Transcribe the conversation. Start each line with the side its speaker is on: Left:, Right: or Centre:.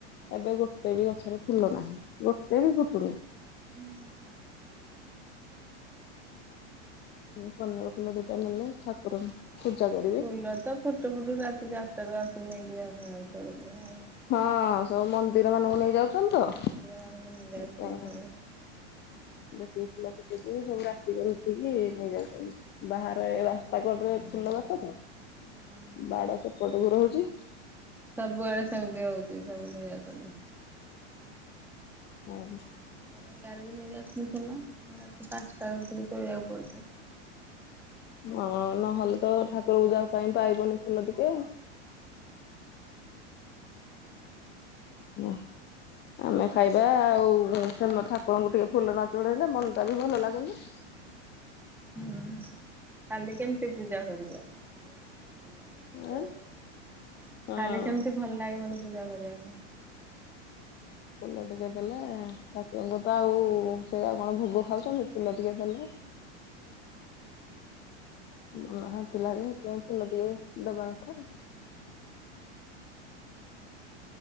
Left: ଏବେ ଗୋଟେ ବି ଗଛରେ ଫୁଲ ନାହିଁ ଗୋଟେ ବି ଫୁଟୁନି।
Centre: ହୁଁ ହୁଁ।
Left: ଏଇ କନିଅର ଫୁଲ ଦିଟା ନେଲେ ଠାକୁର ପୂଜା କରିବି।
Centre: ଫୁଲ ତ ଫୁଟୁ ଫୁଟୁ ରାତି ଚାରିଟାରୁ ଆସିକି ନେଇକି ଯାଉଛନ୍ତି ତୋଳିକି ଆଉ।
Left: ହଁ ସବୁ ମନ୍ଦିର ମାନଙ୍କୁ ନେଇ ଯାଉଛନ୍ତି ତ
Centre: ମନ୍ଦିର
Left: ସେଥିପାଇଁ।
Centre: ମାନଙ୍କୁ ନେଇ ଆସନ୍ତି ସବୁ।
Left: ଯେତିକି ଫୁଲ ଫୁଟୁଛି ସବୁ ରାତିିକରୁ ଉଠିକି ନେଇଯାଉଛନ୍ତି। ବାହାରେ ଏ ରାସ୍ତା କଡରେ ଫୁଲ ଗଛ ତ।
Centre: ହୁଁ ହୁଁ।
Left: ବାଡ ସେପଟକୁ ରହୁଛି।
Centre: ସବୁଆଡେ ସେମିତି ହଉଛି ସବୁ ନେଇଯାଉଛନ୍ତି।
Left: <unintelligible>
Centre: ଇଆରେ ବି ନେଇ ଯାଉଛନ୍ତି ଫୁଲ ରାତି ପାଞ୍ଚଟାରୁ ଉଠିକି ତୋଳିବାକୁ ପଡୁଛି।
Left: ହଁ ନହେଲେ ତ ଠାକୁର ପୂଜା ପାଇଁ ପାଇବନି ଫୁଲ ଟିକେ। <unintelligible> ଆମେ ଖାଇବା ଆଉ ସେ ଠାକୁରଙ୍କୁ ଟିକେ ଫୁଲ ନ ଚଢ଼େଇଲେ ମନଟା ବି ଭଲ ଲାଗୁନି।
Centre: ହୁଁ ଖାଲି କେମିତି ପୂଜା କରିବ? ଖାଲି ଏମିତି ଭଲ ଲାଗିବନି ପୂଜା
Left: ଆଁ
Centre: କରିବାକୁ,
Left: ହଁ।
Centre: ଖାଲି ସେମିତି ଭଲ ଲାଗିବନି ପୂଜା କରିବାକୁ।
Left: ଫୁଲ ଟିକେ ଦେଲେ ଠାକୁରଙ୍କୁ ତ ଆଉ ସେ ଆଉ କଣ ଭୋଗ ଖାଉଛନ୍ତି ଫୁଲ ଟିକେ ଦେଲେ। ମନ ଶାନ୍ତି ଲାଗେ ସେଥି ପାଇଁ ଫୁଲ ଟିକେ ଦବା କଥା।